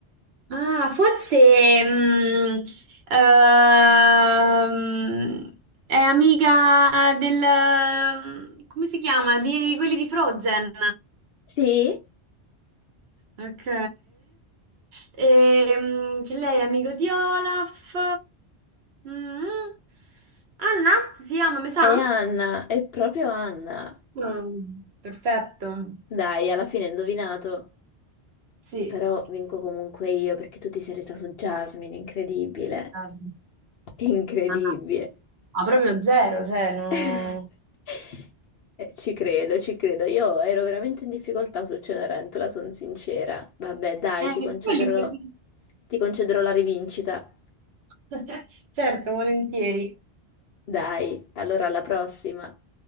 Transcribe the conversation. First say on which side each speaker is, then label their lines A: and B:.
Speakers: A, on the right; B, on the left.
A: Ah, forse mh, ehm, è amica del... come si chiama? Di quelli di Frozen.
B: Sì,
A: Ok. Ehm, che lei è amico di Olaf. Mm. Anna si chiama, mi sa?
B: è Anna, è proprio Anna.
A: Mm, Perfetto.
B: Dai, alla fine hai indovinato.
A: sì.
B: Però vinco comunque io perché tu ti sei resa su Jasmine, incredibile.
A: Ah,
B: Incredibile.
A: no. Ma proprio zero, cioè no...
B: <laughs> Eh, Ci credo, ci credo. Io ero veramente in difficoltà su Cenerentola, sono sincera. Vabbè, dai,
A: Eh,
B: ti
A: perché
B: concederò,
A: quelli per lì.
B: ti concederò la rivincita.
A: <laughs> Certo, volentieri.
B: Dai, allora alla prossima.